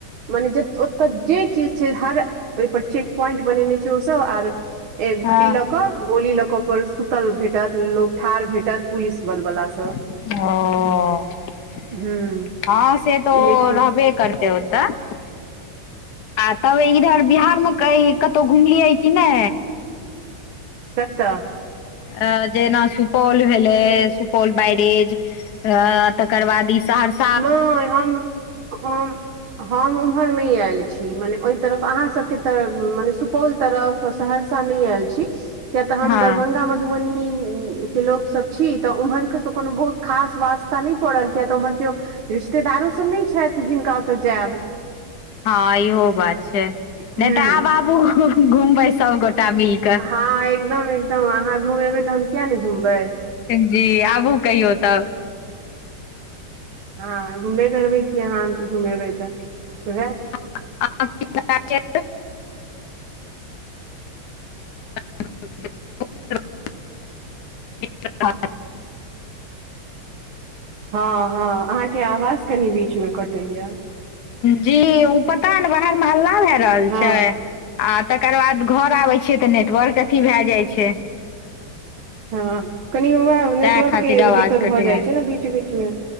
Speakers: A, on the right (about 85°); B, on the left (about 60°).
A: मने जे ओत जे चीज छै हर ओइ पर चेक प्वाइंट बनेने छै ओ सब आर <unintelligible>
B: हँ
A: डी लक गोली लक कोइ सुतल भेटत, लोक ठाढ़ भेटत, पुलिस बल वला सब।
B: ओ <inaudible>
A: ह
B: हं से त ओ
A: लेकिन
B: रहबे करतै ओ त <inaudible> आ तब इधर बिहारमे कहीं कतौ घुम लियै कि नै?
A: कत
B: अ जेना सुपौल भेलै, सुपौल बैरेज अ तकर बाद ई सहर्स
A: नहि हम हम हम उम्हर नहि आयल छी। मने ओहि तरफ अहाँसभके त मने सु पौल तरफ सहरसा नहि आयल छी किया त हम
B: हँ
A: दरभंगा मधुबनी के लोक सब छी। तऽ उम्हर के त कोनो बहुत खास वास्ता नहि पड़ल किया तऽ उम्हर केओ रिश्तेदारो सभ नहि छथि। जिनका ओतऽ जायब।
B: हँ इहो बात छै। नहि
A: हूँ
B: तऽ आब आबु घुमबे सबगोटा मिलके।
A: हँ एकदम एकदम अहाँ घुमेबै तऽ हम किया ने घुमबै।
B: जी आबू कहियौ तब।
A: हँ घूमबे करबै की। अहाँ घूमेबै तऽ वएह
B: <inaudible> <inaudible> <inaudible>
A: हँ हँ अहाँके आवाज कनि बीचमे कटै यए।
B: जी ओ पता ने बाहरमे हल्ला भए रहल
A: हँ
B: छै। आ तकर बाद घर आबै छियै तऽ। नेटवर्क अथी भए जाइ छै।
A: हँ कनि वएह नेटवर्कके
B: तैं खातिर आवाज
A: दिक्कत
B: कटै
A: भऽ जाइ
B: है
A: छै ने, बीच बीचमे।